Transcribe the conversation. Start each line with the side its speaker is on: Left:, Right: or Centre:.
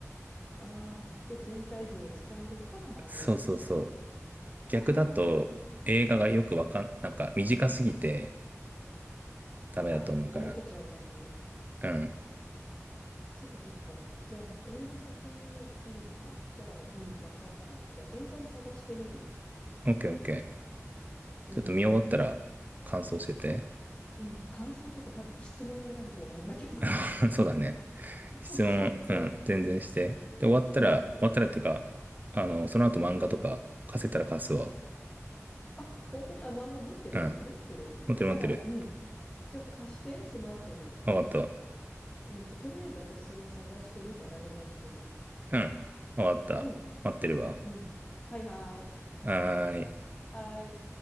Left: ああ。で、全体像をつかんでから漫画を読んだ方がいいってこと
Right: そうそうそう。逆だと映画がよくわかん、
Left: ああ、なるほどね。
Right: なんか短すぎてダメだと思うから。
Left: ああ、ぼやけちゃう感じ
Right: うん。
Left: そっかそっか。じゃあ、映画先に見るのか。じゃあ、うん、わかった。じゃあ、映画を探してみるよ。
Right: オッケーオッケー。
Left: うん。
Right: ちょっと見終わったら感想してて。
Left: ちょっと、うん、感想というか多分質問になると思うんだけど。<laughs>
Right: <laughs> そうだね。
Left: そうそうそう。
Right: 質問、うん、全然して。で、終わったら、
Left: うん。
Right: 終わったらっていうか、あの、その後漫画とか貸せたら貸すわ。
Left: あ、本当に、あ、漫画持ってる持ってるじゃあ、
Right: うん。待ってる待ってる。
Left: うん。じゃあ貸して、その後に。
Right: あ終わかっ
Left: うん。じゃあとりあえず私それを探してみたら連絡する。
Right: た。うん。終わかった。
Left: うん。
Right: 待ってるわ。
Left: うん。はいはい。
Right: はーい。
Left: はい。